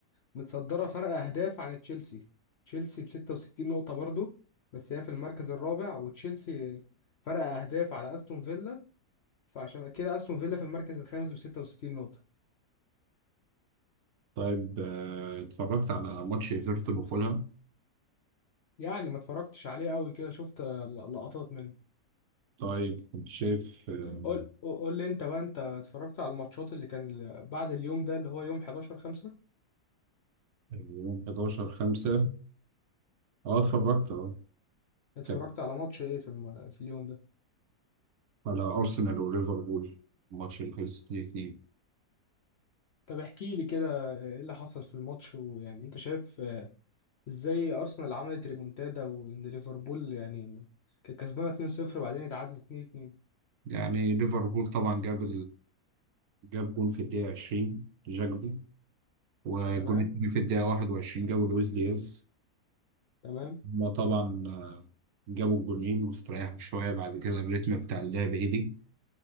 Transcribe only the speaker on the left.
متصدرة فرق أهداف عن تشيلسي تشيلسي ب 66 نقطة برضو بس هي في المركز الرابع وتشيلسي فرق أهداف على أستون فيلا فعشان كده أستون فيلا في المركز الخامس ب 66 نقطة
يعني ما اتفرجتش عليه قوي كده شفت آه، ل- لقطات منه
قول قول لي انت بقى انت اتفرجت على الماتشات اللي كان ال- بعد اليوم ده اللي هو يوم 11 5
اتفرجت
على ماتش ايه في الم... في اليوم ده
طب احكي لي كده آه، ايه اللي حصل في الماتش ويعني انت شايف آه، ازاي ارسنال عملت ريمونتادا وان ليفربول يعني كانت كسبانه 2-0 وبعدين اتعادلت 2-2
تمام
تمام